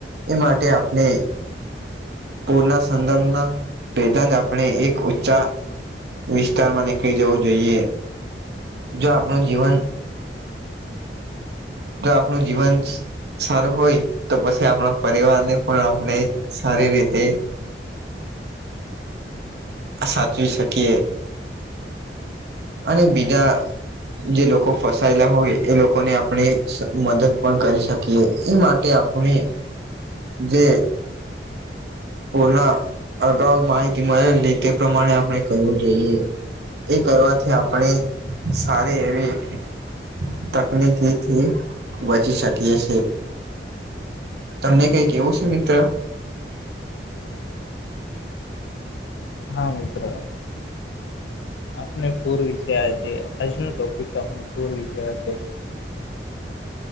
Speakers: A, on the right; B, on the left.
A: એ માટે આપણે પૂરના સંદર્ભના પેલા જ આપણે એક ઉંચા વિસ્તારમાં નીકળી જવું જોઈએ જો આપણું જીવન તો આપણું જીવન સારું હોય તો પછી આપણા પરિવારને પણ આપણે સારી રીતે સાચવી શકીએ. અને બીજા જે લોકો ફસાયેલા હોય એ લોકોને આપણે મદદ પણ કરી શકીએ એ માટે ને જે પૂર્ના અગાઉ માહિતી મળે છે તે પ્રમાણે આપણે કરવું જોઈએ. એ કરવાથી આપણે સારી એવી તકનીકીથી‌ બચી શકીએ છીએ. તમને કઈ કેવું છે મિત્ર?
B: હા મિત્ર આપણે પૂર વિશે આજે આજનો ટોપિક આપને પૂર વિશે હતો.